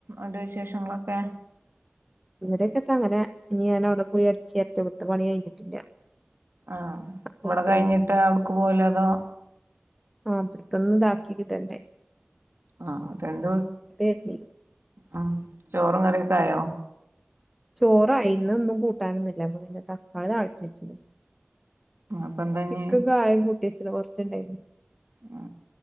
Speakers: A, on the right; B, in the centre.
A: ഉണ്ട് വിശേഷങ്ങളൊക്കെ
B: ഇവിടെക്കെ ത അങ്ങനെ ഞാൻ അവിടെ പോയി അടച്ച് വാരട്ടെ. ഇവിടത്തെ പണി കഴിഞ്ഞിട്ടില്ല
A: ആഹ
B: അപ്പുറത്ത്
A: ഇവിടെ കഴിഞ്ഞിട്ട് അവിടക്ക് പോല അതോ
B: ആഹ ഇവിടത്തൊന്ന് ഇതാക്കി ഇ ട്ടണ്ടേ
A: ആഹ രണ്ട
B: കരുതി
A: ഉ ചോറും കറിയൊക്കെ ആയോ
B: ചോറായിന് ഒന്നും കൂട്ടാനൊന്നില്ല അപ്പൊ പിന്നിട്ട് തക്കാളി താളിച്ചച്ചു
A: അപ്പൊ എന്താഞ്ഞ്
B: ചിക്കൻ കായം കൂട്ടിച്ച്ന് കൊറച്ച് ണ്ടായിനി
A: ആ